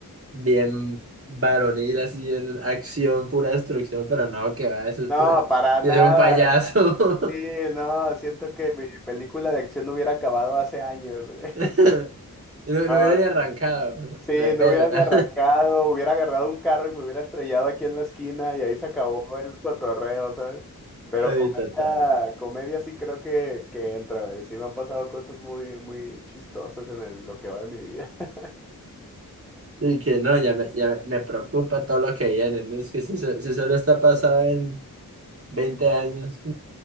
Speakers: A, on the right (about 40°); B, in the centre.
A: bien varonil, así en acción, pura destrucción, pero no, que va, eso es
B: No,
A: pura,
B: para nada.
A: yo soy un payaso.
B: Sí, no, siento que mi película de acción hubiera acabado hace años, güey. <laughs>
A: <laughs> No, no
B: No,
A: hubiera ni arrancado,
B: Sí,
A: me pelan.
B: no hubiera
A: <laughs>
B: ni arrancado, hubiera agarrado un carro y me hubiera estrellado aquí en la esquina y ahí se acabó el cotorreo, ¿sabes? Pero
A: Ay,
B: comedia,
A: total.
B: comedia sí creo que, que entra, güey. Sí me han pasado cosas muy, muy chistosas en el- lo que va de mi vida. <laughs>
A: Y que no, ya me, ya me preocupa todo lo que viene, ¿no? Es que si, so- si solo está pasado en 20 años. <laughs>